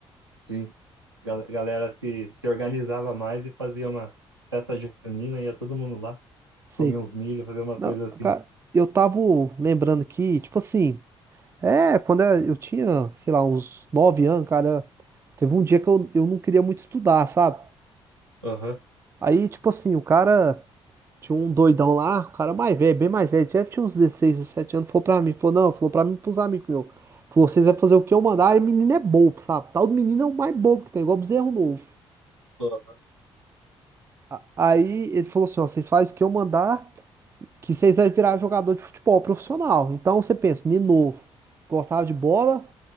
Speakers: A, on the right; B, on the right.
A: Sim. Gal- Galera se se organizava mais e fazia uma festa junina, ia todo mundo lá,
B: Sei.
A: comia uns milho, fazia umas
B: Não,
A: coisas assim.
B: cara, eu tava lembrando que, tipo assim, é, quando eu eu tinha, sei lá, uns nove anos, cara, teve um dia que eu, eu não queria muito estudar, sabe?
A: Aham.
B: Aí, tipo assim, o cara tinha um doidão lá, o cara mais velho, bem mais velho, deve tinha uns 16 17 anos, falou pra mim, falou, não, falou pra mim, e pros amigos meus. Falou, vocês vão fazer o que eu mandar, e o menino é bobo, sabe? Tal do menino é o mais bobo que tem, igual bezerro novo.
A: Aham.
B: A- Aí ele falou assim, ó, vocês fazem o que eu mandar. que vocês vai virar jogador de futebol profissional. Então você pensa, menino novo, gostava de bola,